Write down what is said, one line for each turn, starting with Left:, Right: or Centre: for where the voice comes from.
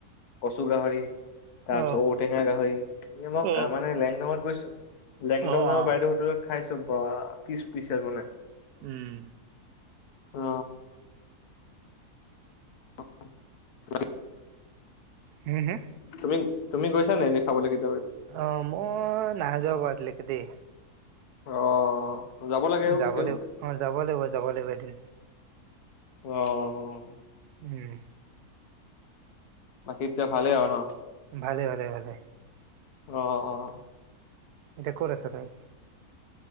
Left: কচু গাহৰি তাৰপিছত
Right: অ
Left: ঔটেঙা গাহৰি ম
Right: অ অ
Left: মানে লেণ্ডাৰ্ গৈছ। লেংদঙ
Right: অ অ
Left: আৰু বাইদেউ হোটেলত খাইছো বা কি ইপিছিএল বনাই।
Right: উম।
Left: অ। অ।
Right: হুম হুম।
Left: তুম তুমি গৈছ নে এনে খাবলৈাগে।
Right: অ মই নাযোৱা বাৰু আজিলেকে দেই।
Left: অ। লাগে অ
Right: যাব
Left: কেতিয়াবা
Right: লাগিব অ যাব লাগিব যাব লাগিব এদিন।
Left: অহ
Right: উ'ম।
Left: বাকী এতিয়া ভালে আৰু ন।
Right: ভালে ভালে ভালে।
Left: অ অ।
Right: এতিয়া ক'ত আছা তাই।